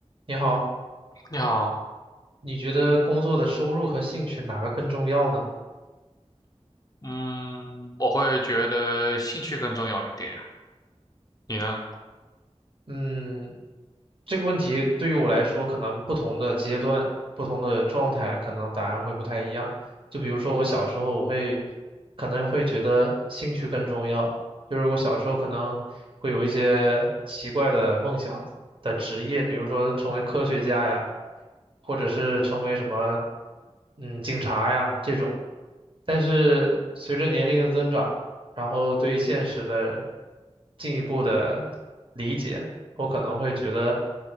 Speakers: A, on the right; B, on the left.
A: 你好，
B: 你好，
A: 你觉得工作的收入和兴趣哪个更重要呢？
B: 嗯，我会觉得兴趣更重要一点，你呢？
A: 嗯，这个问题对于我来说，可能不同的阶段、不同的状态，可能答案会不太一样。就比如说，我小时候，我会可能会觉得兴趣更重要，就是我小时候可能会有一些奇怪的梦想的职业，比如说成为科学家呀，或者是成为什么，嗯，警察呀这种。但是随着年龄的增长，然后对现实的进一步的理解。我可能会觉得，